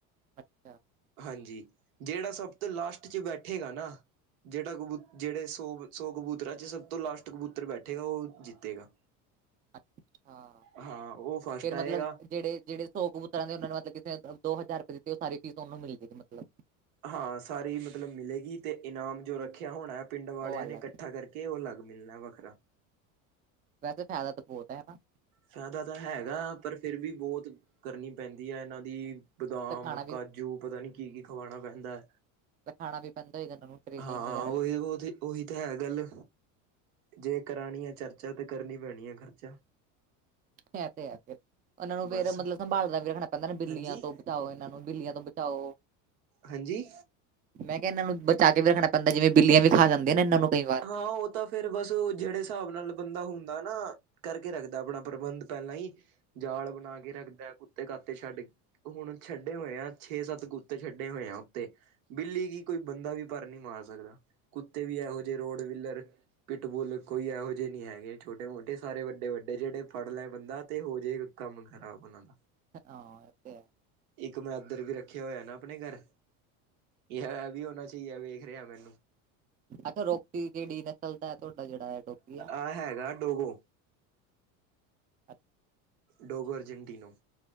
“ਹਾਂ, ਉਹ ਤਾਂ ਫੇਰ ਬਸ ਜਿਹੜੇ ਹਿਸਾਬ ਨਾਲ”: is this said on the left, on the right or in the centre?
Right